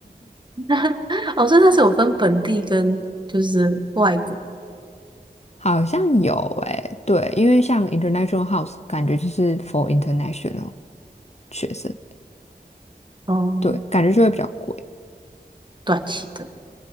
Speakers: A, on the right (about 25°); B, on the left (about 40°).
A: <laughs> 哦，所以它是有分本地跟就是外国，
B: 好像有诶、对，因为像 International House 感觉就是 for international 学生，
A: 嗯，
B: 对，感觉就会比较贵。
A: 短期的，